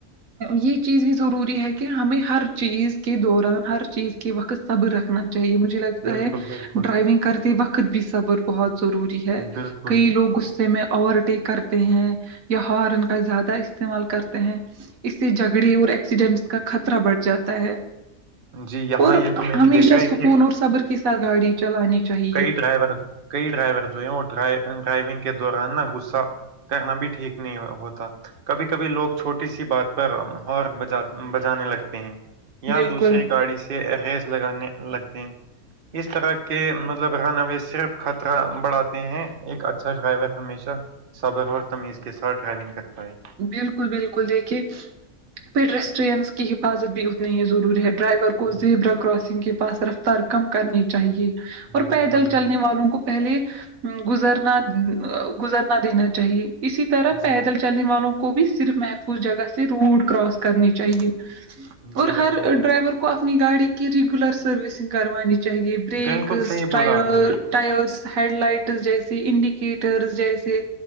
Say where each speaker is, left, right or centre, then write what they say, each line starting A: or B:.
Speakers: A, on the right (about 80°); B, on the right (about 45°).
A: یہ چیز بھی ضروری ہے کہ ہمیں ہر چیز کے دوران ہر چیز کے وقت صبر رنا چاہیے مجھے لگتا
B: بالکل
A: ہے
B: بالکل
A: ڈرائیونگ کرتے وقت بھی صبر بہت ضروری ہے
B: بالکل
A: کئی لوگ غصے میں اوور ٹیک کرتے ہیں یا ہارن کا زیادہ استعمال کرتے ہیں اس سے جھگڑے اور ایکسیڈنٹس کا خطرہ بڑھ جاتا ہے
B: جی یہاں
A: اور
B: یہ تو میں نے
A: ہمیشہ
B: دیکھا ہے
A: سکون
B: کہ
A: اور صبر کے ساتھ گاڑی چلانی چاہیے
B: کئی ڈرائیور کئی ڈرائیور جو ہے وہ ڈرائیونگ کے دوران نا گصہ کہنا بھی ٹھیک نہیں ہوتا کبھی کبھی لوگ چھوٹی سی بات پر ہار بجا بجانے لگتے ہیں یا
A: بالکل
B: دوسری گاڑی سے ریز لگانے لگتے ہیں اس طرح کے مطلبانا صرف خطرہ بڑھاتے ہیں ایک اچھا غب ہے ہمیشہ صبر اور تمیز کے ساتھ ڈرائیونگ کرتا ہے
A: بالکل بالکل دیکھیے پھر ریسٹورینس کی حفاظت بھی اتنی ہی ضروری ہے ڈرائیور کو
B: جی
A: زیبرا کراسنگ کے پاس رفتار کم کرنی چاہیے اور
B: بالکل
A: پیدل
B: بالکل
A: چلنے والوں کو پہلے گزرنا گزرنا دینا چاہیے اسی طرح پیدل
B: جی
A: چلنے والوں کو بھی صرف محفوظ جگہ سے روڈ کراس کرنی چاہیے
B: جی
A: اور
B: بالکل
A: ہر ڈرائیور کو اپنی گاڑی کی ریگولر سروسنگ کروانی چاہی چاہیے بریک
B: بالکل صحیح
A: ٹ
B: بولا آپ نے
A: ٹائرس ہیڈ لائٹس جیسے انڈیکیٹرس جیسے